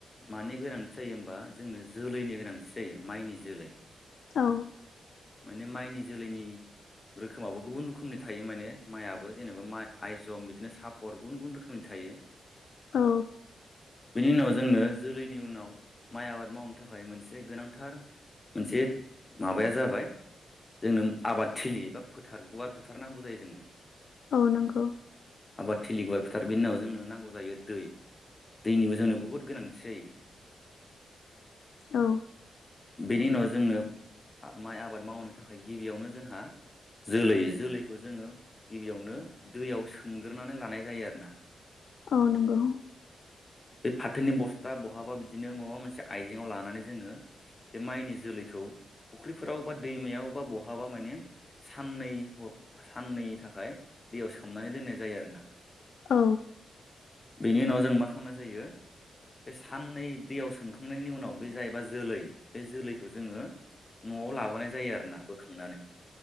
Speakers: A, on the left (about 20°); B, on the left (about 65°).
A: मानि गोनांथि जायो होमबा जोंनो जोलैनि गोनांथि जायो माइनि जोलै।
B: औ।
A: माने माइनि जोलैनि रोखोमाबो गुबुन रोखोमनि थायो माने माइआबो मा जेनेबा माइ आइजम बिदिनो सापर गुबुन गुबुन रोखोमनि था थायो।
B: औ।
A: बिनि उनाव जोंनो जोलैनि उनाव माइ आबाद मावनो थाखाय मोनसे गोनांथार मोनसे माबाया जाबाय जोंनो आबाद थिलि बा फोथार गुवार फोथार नांगौ जायो जोंनो।
B: औ नंगौ।
A: आबाद थिलि गुवार फोथार बेनि उनाव जोंनो नांगौ जायो दै दैनिबो जोंनो बुहुत गोनांथि जायो।
B: औ।
A: बेनि उनाव जोंनो आ माइ आबाद मावनो थाखाय गिबियावनो जोंहा जोलै जोलैखौ जोङो गिबियावनो दैयाव सोमग्रोनानै लानाय जायो आरो ना।
B: औ नंगौ।
A: बे फाथोनि बस्था बहाबा बिदिनो माबा मोनसे आइजेंआव लानानै जोङो बे माइनि जोलैखौ फुख्रिफोराव बा दैमायाव बा बहाबा माने साननै साननैनि थाखाय दैयाव सोमनानै दोननाय जायो आरोना।
B: औ।
A: बेनि उनाव जों मा खामनाय जायो? बे साननै दैयाव सोमखांनायनि उनाव बे जायबा जोलै बे जोलैखौ जोङो न'आव लाबोनाय जायो आरोना बोखांनानै।